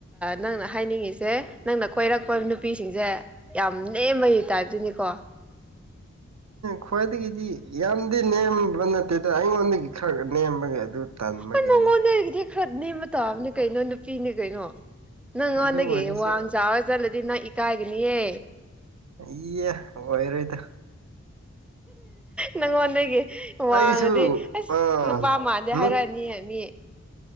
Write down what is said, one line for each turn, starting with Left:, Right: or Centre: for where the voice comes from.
Centre: ꯅꯪꯅ ꯍꯥꯏꯅꯤꯡꯉꯤꯁꯦ ꯅꯪꯅ ꯀꯣꯏꯔꯛꯄ ꯅꯨꯄꯤꯁꯤꯡꯁꯦ ꯌꯥꯝ ꯅꯦꯝꯕꯒꯤ ꯇꯥꯏꯕꯇꯅꯤꯀꯣ
Right: ꯈ꯭ꯋꯥꯏꯗꯒꯤꯗꯤ ꯌꯥꯝꯗꯤ ꯅꯦꯝꯕ ꯅꯠꯇꯦꯗ ꯑꯩꯉꯣꯟꯗꯒꯤ ꯈꯔ ꯅꯦꯝꯕꯒꯤ ꯑꯗꯨ ꯇꯟꯕꯒꯤꯅꯤꯗ
Centre: ꯍꯣꯢ ꯅꯪꯉꯣꯟꯗꯒꯤꯗꯤ ꯈꯔꯅꯦꯦꯝ ꯃꯇꯥꯕꯅꯦ ꯀꯩꯅꯣ ꯅꯨꯄꯤꯅꯦ ꯀꯩꯅꯣ ꯅꯪꯉꯣꯟꯗꯒꯤ
Right: ꯑꯗꯨ ꯑꯣꯏꯔꯁꯨ
Centre: ꯋꯥꯡ ꯆꯥꯎꯔ ꯆꯠꯂꯗꯤ ꯅꯪ ꯏꯀꯥꯏꯒꯅꯤꯌꯦ
Right: ꯏꯌꯦ ꯑꯣꯏꯔꯣꯏꯗ
Centre: ꯅꯪꯉꯣꯟꯗꯒꯤ ꯋꯥꯡꯉꯗꯤ
Right: ꯑꯩꯁꯨ
Centre: ꯑꯁ
Right: ꯑꯥ
Centre: ꯅꯨꯄꯥ ꯃꯥꯟꯗꯦ ꯍꯥꯏꯔꯛꯑꯅꯤ
Right: ꯅꯨꯞ
Centre: ꯃꯤ